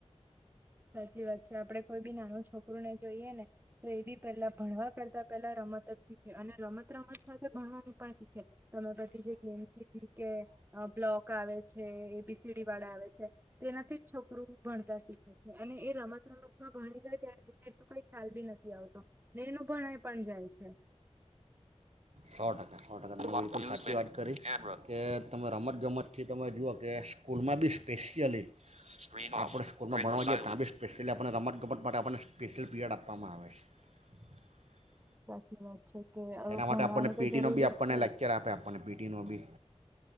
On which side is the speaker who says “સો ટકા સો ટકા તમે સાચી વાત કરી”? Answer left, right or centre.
Right